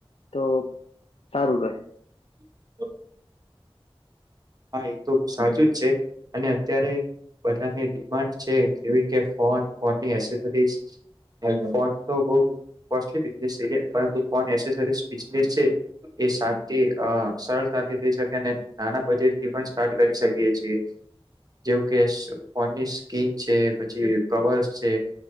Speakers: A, on the left (about 85°); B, on the right (about 40°).
A: તો સારું રહે.
B: <unintelligible> હા એ તો સાચું જ છે અને અત્યારે બધાની ડિમાન્ડ છે જેવી કે ફોન ફોનની <unintelligible> <unintelligible> ફોન તો બહુ કોસ્ટિક બિઝનેસ છે એ પરંતુ ફોન એસેસરીઝ બિઝનેસ છે. એ શાંતિ અ સરળતાથી થઈ શકે અને નાના બજેટ તે મજા સ્ટાર્ટ કરી શકીએ છીએ. જેવું કે સા ફોનની સ્કીન છે પછી કવર્સ છે.